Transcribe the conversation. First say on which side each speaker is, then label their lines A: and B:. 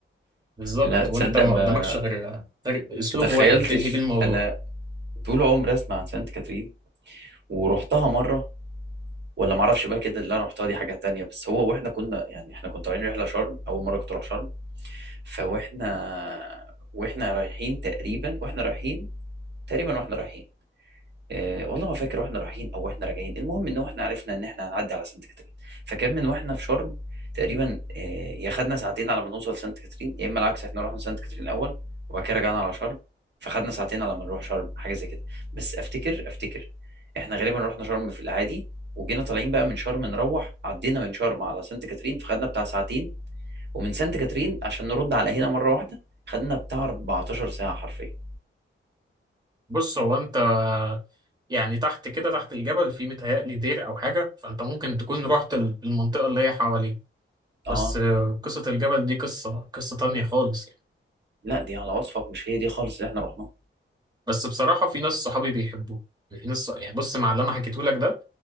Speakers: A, on the right; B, on the right.
A: بالظبط
B: لا تصدق
A: وانت ما
B: ما
A: قدامكش غير غير اسلوب
B: ما تخيلتش
A: واحد تنهي بيه الموضوع
B: انا طول عمري اسمع عن سانت كاترين ورحتها مره ولا معرفش بقى كده اللي انا رحتها دي حاجه تانية بس هو واحنا كنا يعني احنا كنا طالعين رحله شرم اول مره كنت اروح شرم فواحنا واحنا رايحين تقريبا واحنا رايحين تقريبا واحنا رايحين آه والله ما فاكر واحنا رايحين او واحنا راجعين المهم ان احنا عرفنا ان احنا هنعدي على سانت كاترين فكان من واحنا في شرم تقريبا آه يا خدنا ساعتين على ما نوصل سانت كاترين يا اما العكس احنا رحنا سانت كاترين الاول وبعد كده رجعنا على شرم فخدنا ساعتين على ما نروح شرم حاجه زي كده بس افتكر افتكر احنا غالبا رحنا شرم في الاعادي وجينا طالعين بقى من شرم نروح عدينا من شرم على سانت كاترين فخدنا بتاع ساعتين ومن سانت كاترين عشان نرد على هنا مره واحده خدنا بتاع 14 ساعه حرفيا
A: بص هو انت آه، يعني تحت كده تحت الجبل في متهيألي دير او حاجة فانت ممكن تكون رحت ال- المنطقة اللي هي حواليه بس
B: اه
A: آه، قصة الجبل دي قصة قصة تانية خالص يعني.
B: لا دي على وصفك مش هي دي خالص اللي احنا رحناها
A: بس بصراحة في ناس صحابي بيحبوه في ناس يعني بص مع اللي أنا حكيته لك ده